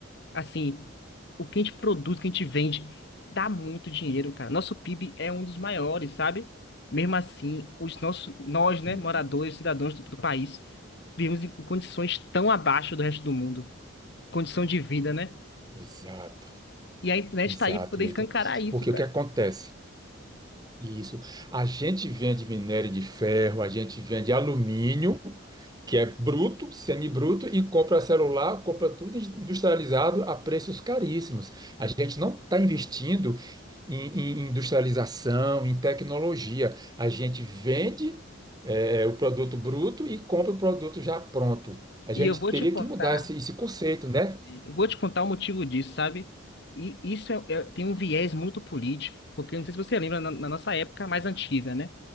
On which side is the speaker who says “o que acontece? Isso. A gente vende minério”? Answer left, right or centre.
Right